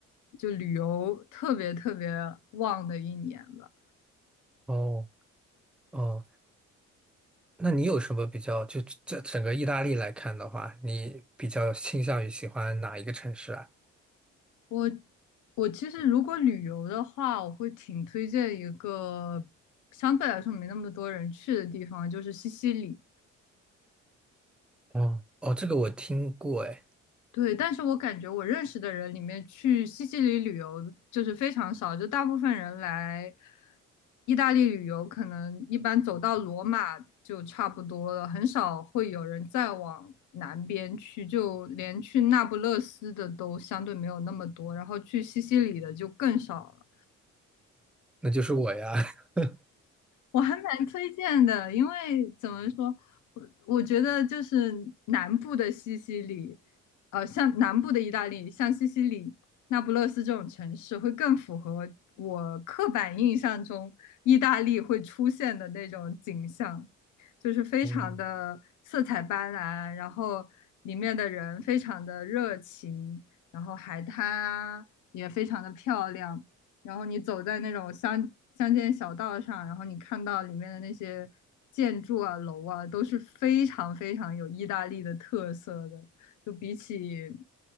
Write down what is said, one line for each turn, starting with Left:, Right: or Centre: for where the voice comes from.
Left: 就旅游特别特别旺的一年吧。
Centre: 哦哦，那你有什么比较，就这整个意大利来看的话，你比较倾向于喜欢哪一个城市啊？
Left: 我我其实如果旅游的话，我会挺推荐一个相对来说没那么多人去的地方，就是西西里。
Centre: 哦哦，这个我听过，哎，
Left: 对，但是我感觉我认识的人里面去西西里旅游就是非常少，就大部分人来意大利旅游，可能一般走到罗马就差不多了，很少会有人再往南边去，就连去那不勒斯的都相对没有那么多，然后去西西里的就更少了。
Centre: 那就是我呀。<laughs>
Left: 我还蛮推荐的，因为怎么说，我我觉得就是南部的西西里，呃，像南部的意大利，像西西里、那不勒斯这种城市，会更符合我刻板印象中意大利会出现的那种景象，就是非常的色彩斑斓，
Centre: 嗯，
Left: 然后里面的人非常的热情，然后海滩啊也非常的漂亮。然后你走在那种乡乡间小道上，然后你看到里面的那些建筑啊、楼啊，都是非常非常有意大利的特色的。就比起